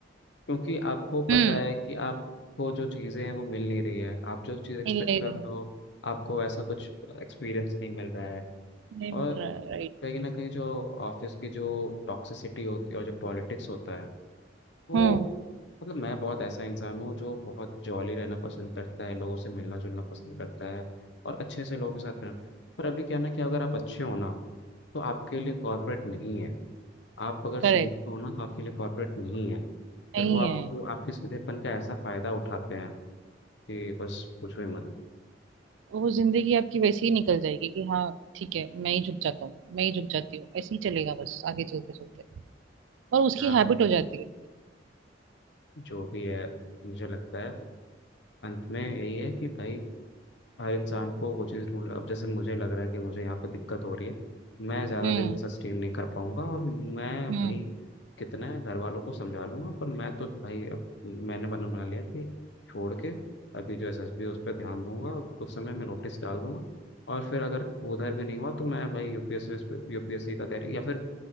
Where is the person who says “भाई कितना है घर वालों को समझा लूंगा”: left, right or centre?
Left